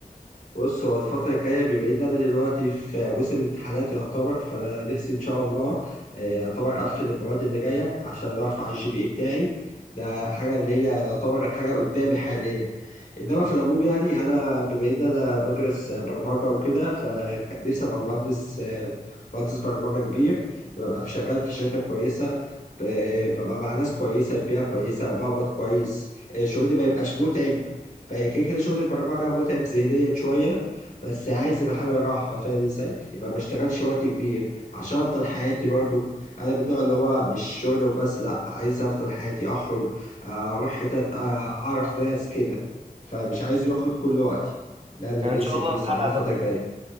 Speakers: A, on the left; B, on the right.
A: بص هو الفترة الجاية بما إن أنا دلوقتي في موسم امتحانات يعتبر فأنا نفسي إن شاء الله آه، يعتبر أقفل المواد اللي جاية عشان أرفع الجي بي إي بتاعي ده حاجة اللي هي يعتبر حاجة قدامي حاليا انما في العموم يعني انا بما ان انا بدرس برمجه وكده فنفسي ابقى مهندس مهندس برمجه كبير ببقى شغال في شركه كويسه ب- ببقى مع ناس كويسه بيئه كويسه بقبض كويس شغلي ما يبقاش متعب بقى كده كده شغل البرمجه متعب ذهنيا شويه بس عايز يبقى حاجه راحه فاهم ازاي؟ يبقى ما اشتغلش وقت كبير عشان افضل حياتي برضو انا من النوع اللي هو مش شغل وبس لا عايز افضل حياتي اخرج آه، اروح حتت آه، اعرف ناس كده فمش عايز ياخد كل وقتي ده اللي
B: يعني
A: نفسي
B: ان شاء الله
A: فيه الصراحة
B: هتحقق
A: الفترة الجاية إن